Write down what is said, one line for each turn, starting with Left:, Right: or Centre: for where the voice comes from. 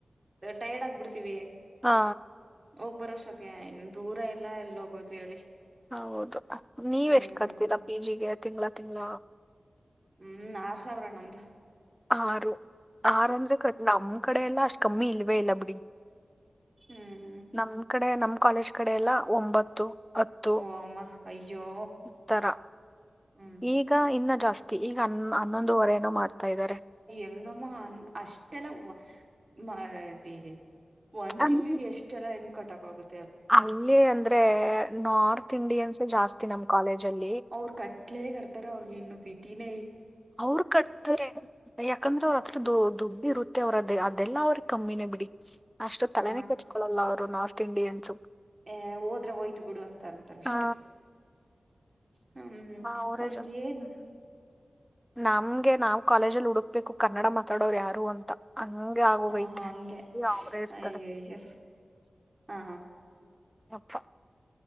Right: ಟೈರ್ಡ್ ಆಗ್ಬಿಡ್ತೀವಿ
Centre: ಹಾ
Right: ಹೋಗ್ ಬರೋಷ್ಟೊತ್ತ ಇನ್ನು ದೂರ ಎಲ್ಲಾ ಎಲ್ಲಿ ಹೋಗೋದು ಹೇಳಿ
Centre: ಹೌದು ನೀವ
Right: ಹ್ಮ್
Centre: ಎಷ್ಟು ಕರ್ತೀರಾ ಪಿ ಜಿಗೆ ತಿಂಗಳ ತಿಂಗ್ಳ
Right: ಹ್ಮ್ ಆರ್ ಸಾವಿರ ನ ಒ್ದ
Centre: ಆರು ಆರ ಅಂದ್ರೆ ಕಟ್ ನಮ್ ಕಡೆ ಎಲ್ಲಾ ಅಷ್ಟ್ ಕಮ್ಮಿ ಇಲ್ವೇ ಇಲ್ಲ ಬಿಡಿ
Right: ಹ್ಮ್
Centre: ನಮ್ ಕಡೆ ನಮ್ ಕಾಲೇಜ್ ಕಡೆ ಎಲ್ಲ ಒಂಬತ್ತು ಹತ್ತು
Right: ಓ ಅಮ್ಮ ಅಯ್ಯೋ
Centre: ಉತ್ತರ
Right: ಹ್ಮ್
Centre: ಈಗ ಇನ್ನ ಜಾಸ್ತಿ ಈಗ ಹ ಹನ್ನೊಂದುವರೆೇನೂ ಮಾಡ್ತಾ ಇದ್ದಾರೆ
Right: ಎಂಗಮ ಅ ಅಷ್ಟಲ ಮದ ಒಂದ್
Centre: ಅಂದ್ರೆ
Right: ತಿಂಗ್ಳಿಗೆ ಎಷ್ಟ ಎಲ್ಲಾ ಹೆಣ ಕಟ್ಟಕೋಗುದು
Centre: ಅಲ್ಲಿ ಅಂದ್ರೆ ನಾರ್ತ್ ಇಂಡಿಯನ್ಸ ಜಾಸ್ತಿ ನಮ್ ಕಾಲೇಜ ಅಲ್ಲಿ
Right: ಅವರು ಕಟ್ಲೆೇ ಕಟ್ತಾರೆ ಅವ್ರಿಗೆ ಇನ್ನು ಬತಿನೇ
Centre: ಅವ್ರರು ಕಟ್ತಾರೆ ಯಾಕಂದ್ರೆ ಅವ್ರತ್ರ ದುಡ್ಡು ಇರುತ್ತ ಮತ್ತೆ ಅವ್ರದೇ ಅದೆಲ್ಲ ಅವ್ರಿಗೆ ಕಮ್ಮಿನೇ ಬಿಡಿ ಅಷ್ಟು ತಲೆನ
Right: ಹ
Centre: ಕಚ್ಕೊಳಲ್ಲ ಅವ್ರು ನಾರ್ತ್ ಇಂಡಿಯನ್ಸ್
Right: ಅ ಹೋದ್ರೆ ಹೋಯ್ತು ಬಿಡು ಅಂತ ಅಂತಾರ ಅಷ್ಟೆ
Centre: ಆ
Right: ಹ್ಮ್
Centre: ಅವರೇ
Right: ಅವ್ರಿಗೆ
Centre: ಜಾಸ್ತಿ
Right: ಏನು
Centre: ನಮ್ಗೆ ನಾವ್ ಕಾಲೇಜಲ್ಲಿ ಹುಡುಕ್ಬೇಕು ಕನ್ನಡ ಮಾತಾಡೋರು ಯಾರು ಅಂತ ಹಂಗೆ ಆಗೋಗೈತೆ
Right: ಹ ಹಾ ಹಂಗೆ
Centre: ಈಗ ಅವರೇ ಇರ್ತಾರೆ
Right: ಅಯ್ಯೋ ಅಯ್ಯೋ ಹಾ
Centre: ಯಪ್ಪ